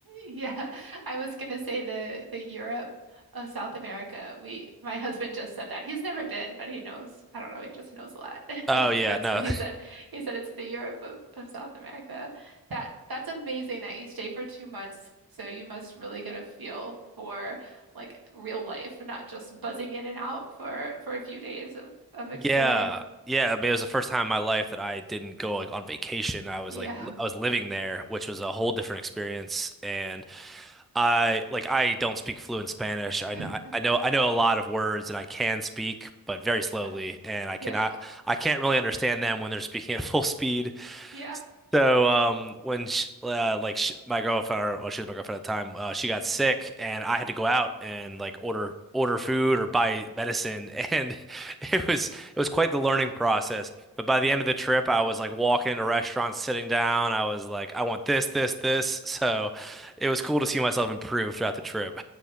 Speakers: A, on the right; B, in the centre.
A: Yeah, <laughs> I was gonna say the the Europe of South America. We my husband just said that. He's never been, but he knows. I don't know, he just knows a lot. <laughs> He-
B: Oh yeah,
A: That's
B: no,
A: what he said. He said it's the Europe of, of South America. That that's amazing that you stay for two months. So you must really get a feel for like real life, not just buzzing in and out for for a few days of
B: <laughs>
A: of exploring.
B: yeah, yeah. I mean, it was the first time in my life that I didn't go like on vacation. I was
A: Yeah.
B: like, li- I was living there, which was a whole different experience, and I like I don't speak fluent Spanish. I
A: <laughs>
B: know I know I know a lot of words and I can speak, but very slowly,
A: Yeah.
B: and I cannot
A: Yeah.
B: I can't really understand them when they're speaking at full speed.
A: Yeah.
B: So um, when sh uh, like sh my girlfriend, or, well, she was my girlfriend at the time, uh, she got sick, and I had to go out and like order order food or buy medicine, and <laughs> it was it was quite the learning process. But by the end of the trip, I was like walking into restaurants, sitting down. I was like, I want this, this, this. <laughs> So it was cool to see myself improve throughout the trip.